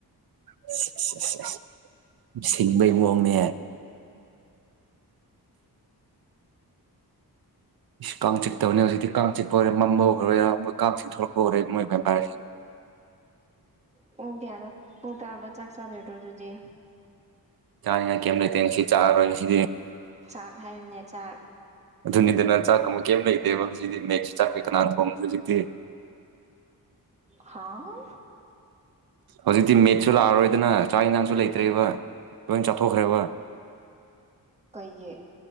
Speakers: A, on the right; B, on the right.
A: <unintelligible> ꯁꯤꯡꯕꯩ ꯃꯑꯣꯡꯅꯦ ꯀꯥꯡ ꯆꯤꯛꯇꯕꯅꯦ ꯍꯧꯖꯤꯛꯇꯤ ꯀꯥꯡ ꯆꯤꯛꯄ ꯑꯣꯏꯔꯦ ꯃꯝꯃꯧꯈ꯭ꯔꯣꯏꯔꯥ ꯃꯣꯏ ꯀꯥꯡ ꯆꯤꯛ ꯊꯣꯛꯂꯛꯄ ꯑꯣꯏꯔꯦ ꯃꯣꯏ ꯕꯦꯝꯌꯔꯁꯤꯡ
B: ꯄꯨꯡ ꯀꯌꯥꯗ ꯄꯨꯡꯇꯔꯥ ꯆꯥꯛ ꯆꯥꯗꯣꯏꯔꯣ ꯑꯗꯨꯗꯤ
A: ꯆꯥꯅꯤꯉꯥꯏ ꯀꯩꯝ ꯂꯩꯇꯦ ꯉꯥꯁꯤ ꯆꯥꯔꯔꯣꯏ ꯉꯁꯤ
B: ꯆꯥꯛ ꯍꯥꯏꯕꯅꯦ ꯆꯥꯛ
A: ꯑꯗꯨꯅꯤꯗꯅ ꯆꯥꯛꯀꯣꯝꯕ ꯀꯩꯝ ꯂꯩꯇꯦꯕ ꯍꯧꯖꯤꯛꯇꯤ ꯃꯦꯁ ꯆꯥꯛꯄꯩ ꯀꯅꯥꯅ ꯊꯣꯡ ꯍꯧꯖꯤꯛꯇꯤ
B: ꯍꯥꯥꯎ
A: ꯍꯧꯖꯤꯛꯇꯤ ꯃꯦꯠꯁꯨ ꯂꯥꯛꯑꯔꯣꯏꯗꯅ ꯆꯥꯛ ꯏꯟꯖꯥꯡꯁꯨ ꯂꯩꯇ꯭ꯔꯦꯕ ꯂꯣꯏ ꯆꯥꯊꯣꯛꯈ꯭ꯔꯦꯕ <inaudible>
B: ꯀꯩꯒꯤ